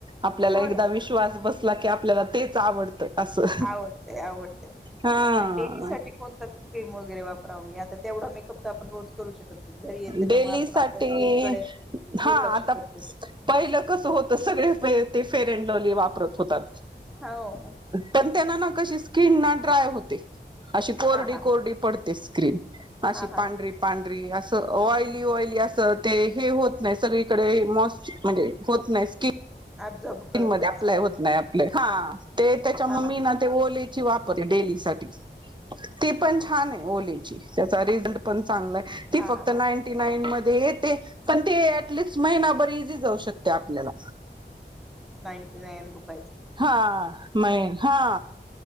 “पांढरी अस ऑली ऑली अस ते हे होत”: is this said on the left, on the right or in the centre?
Right